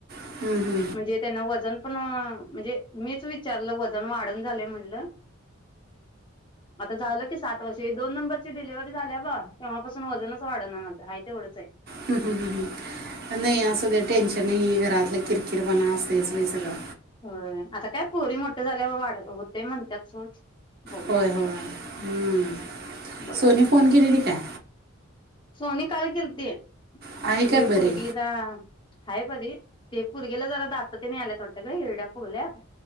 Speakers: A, on the right; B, on the left.
A: हम्म, हम्म.
B: म्हणजे तेना वजन पण हां, म्हणजे मीच विचारलं वजन वाढनं झालय म्हटलं आता झालं की स् सात वर्ष ही दोन नंबरची डिलिव्हरी झाल्या ब तेव्हापासून वजनच वाढंना माझं हाय तेवढंच हाय.
A: हं हं हं हं नाही आसू दे टेन्शन नाई घरातलं किरकिर पणा असतयच बई सगळा
B: होय, आता काय पोरी मोठे झाल्यावर वाढ होतय म्हणत्यात सोड बघूया
A: होय
B: आता
A: होय हं,
B: बघायचं.
A: सोनी फोन केलेली काय?
B: सोनी काल केेलती,
A: आहे
B: ते
A: काय बरी
B: पुर्गीला हाय बरी ते पुर्गीला जरा दात तेन याल्यात वाटतं गं हिरड्या फुगल्यात